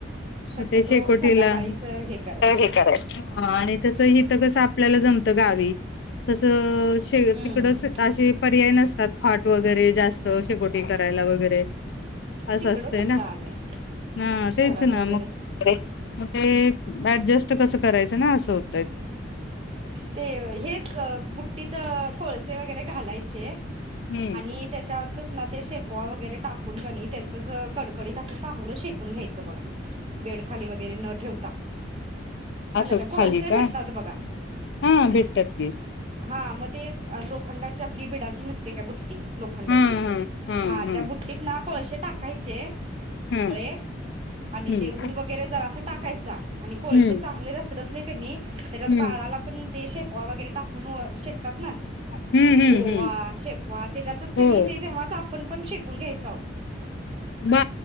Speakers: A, on the right; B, on the left.
A: शक्यतो
B: म् त्या शेकोटीला
A: संध्याकाळीच हे करायचं.
B: बाहेर हे करायचं हं आणि त्याच हे तिथं कसं आपल्याला जमतं गावी तसं अशे
A: हम्म.
B: तिकड अशी पर्याय नस् तात फाट वगैरे जास्त शेकोटी करायला वगैरे असं
A: तिकडं
B: असतंय
A: कुठलं
B: ना
A: आलंय
B: हं
A: शहरात
B: तेच ना
A: वगैरे
B: मग ते ॲडजस्ट कसं करायचं ना असं होत
A: ते हेच अ बुट्टीत कोळसे वगैरे घालायचे
B: हम्म
A: आणि त्याच्याव् तिथंच ना ते शेपवा वगैरे टाकून कनी त्याचंच अ कडकडीत असं चांगलं शेकून घ्यायचं बघा बेडखाली वगैरे न ठेवता
B: असच
A: आलं काय
B: खाली
A: कोळसे भेटतात
B: का
A: बघा.
B: हं भेटतात की
A: हा मग त् ती लोखंडाची आपली भिडाची नसते काय बुट्टी लोखंडाची
B: हा हा हा
A: हां
B: हा
A: त्या बुट्टीत ना कोळसे टाकायचे सगळे
B: हा
A: आणि
B: हम्म
A: ते ऊद वगैरे जरा टाकायचा आणि कोळसे
B: हम्म
A: चांगले रसरशले कनी त्याच्यात
B: हम्म
A: बाळाला पण ते शेपवा वगैरे टाकून शेकतात ना
B: हम्म हम्म
A: ओवा
B: हम्म
A: शेपवा त्याच्यात
B: हो
A: आपण पण शिकुन घ्यायचं आओ
B: बा